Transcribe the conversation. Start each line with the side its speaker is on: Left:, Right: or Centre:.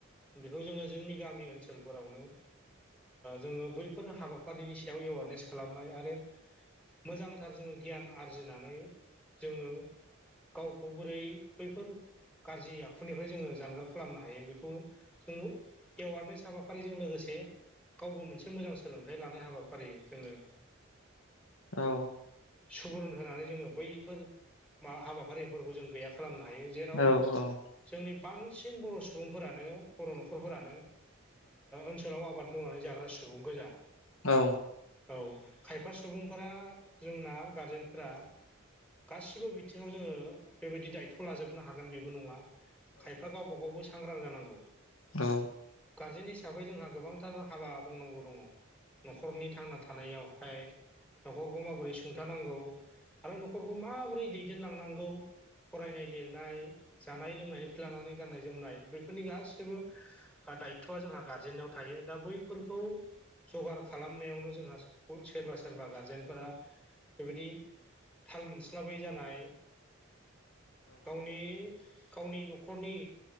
Centre: बेखौ जोङो जोंनि गामि ओनसोलफोरावनो जोङो बैफोर हाबाफारिनि सायाव एवारनेस खालामनाय आरो मोजांथार जोङो गियान आरजिनानै जोङो गावखौ बोरै बैफोर गाज्रि आखुनिफ्राय जोङो जानगार खालामनो हायो बेखौ जोङो एवारनेस हाबाफारिजों लोगोसे गावबो मोनसे मोजां सोलोंथाइ लानाय हाबाफारि जोङो
Left: औ
Centre: सुबुरुन होनानै जोङो बैफोर मा हाबाफारिफोरखौ जों गैयाखै खालामनो हायो जेराव
Left: औ
Centre: जोंनि बांसिन बर' सुबुं सुबुंफोरानो बर' न'खरफोरानो ओनसोलाव आबाद मावनानै जाग्रा सुबुं गोजा
Left: औ
Centre: औ खायफा सुबुंफोरा जोंना गारजेनफोरा गासिबो बिथिङाव जोङो बेबायदि दायथ' लाजोबनो हागोन बेबो नङा खायफा गावबाागावबो सांग्रां जानांगौ।
Left: औ
Centre: गारजेन हिसाबै जोंहा गोबांथार हाबा मावनांगौ दङ। नखरनि थांना थानायावहाय नखरखौ माबोरै सुंथानांगौ। आरो नखरखौ माबोरै दैदेनलांनांगौ। फरायनाय लिरनाय जानाय लोंनाय लानानै गाननाय जोमनाय। बैफोरनि गासैबो दायथआ जोंहा गारजेनाव थायो दा बैफोरखौ। जगार खालामनायावनो जोंहा सोरबा सोरबा गारजेनफोरा बेबायदि। थाल मोनस्लाबै जानाय। गावनि गावनि नखरनि